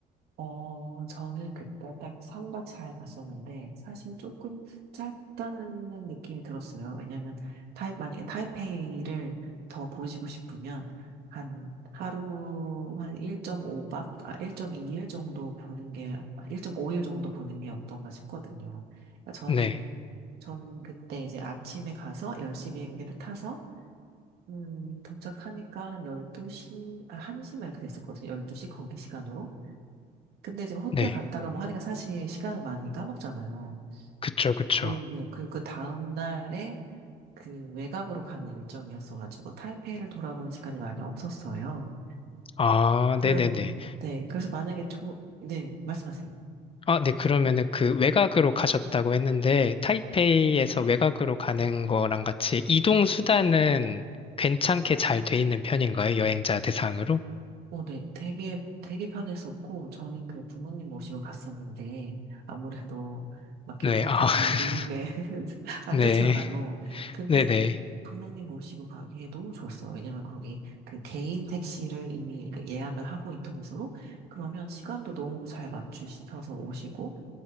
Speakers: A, on the right; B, on the left.
A: 어, 저는 그때 딱 삼박사일 갔었는데, 사실 조금 짧다는 느낌이 들었어요. 왜냐면, 타이, 만약에 타이페이를 더 보시고 싶으면, 한 하루, 한 1.5박, 아, 1.2일 정도 보는 게, 1.5일 정도 보는 게 어떤가 싶거든요. 그러니까 저는
B: 네,
A: 저는 그때 이제 아침에 가서 10시 비행기를 타서 음, 도착하니까 한 12시, 아, 1시 막 이렇게 됐었거든요. 12시 거기 시간으로. 근데 지금 호텔
B: 네.
A: 갔다가 뭐 하니까 사실 시간을 많이 까먹잖아요.
B: 그쵸, 그쵸.
A: 네, 네. 그리고 그 다음 날에 그 외곽으로 가는 일정이었어가지고 타이페이를 돌아보는 시간이 많이 없었어요.
B: 아,
A: 네.
B: 네네네.
A: 네. 그래서 만약에 초, 네, 말씀하세요.
B: 아, 네, 그러면은 그 외곽으로 가셨다고 했는데, 타이페이에서 외곽으로 가는 거랑 같이 이동 수단은 괜찮게 잘 돼 있는 편인가요? 여행자 대상으로?
A: 어, 네, 되게, 되게 편했었고, 저는 그 부모님 모시고 갔었는데, 아무래도 막 기차
B: 네, 아,
A: 타고
B: <laughs>
A: 이런 게 <laughs> 안
B: 네,
A: 좋잖아요. 근데
B: 네네.
A: 부모님 모시고 가기에 너무 좋았어요. 왜냐면 거기 그 개인 택시를 이미 그 예약을 하고 인터넷으로, 그러면 시간도 너무 잘 맞추셔서 오시고,